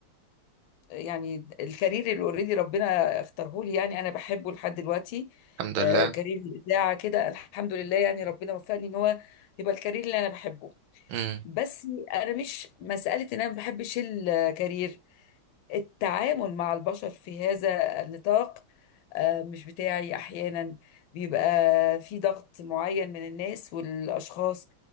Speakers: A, on the left (about 80°); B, on the right (about 75°).
A: يعني الكارير اللي اوريدي ربنا اختاره لي يعني انا بحبه لحد دلوقتي
B: الحمد
A: آه،
B: لله
A: كارير الاذاعه كده الحمد لله يعني ربنا وفقني ان هو يبقى الكارير اللي انا بحبه
B: امم
A: بس انا مش مساله ان انا ما بحبش الكارير التعامل مع البشر في هذا النطاق آه، مش بتاعي احيانا بيبقى في ضغط معين من الناس والاشخاص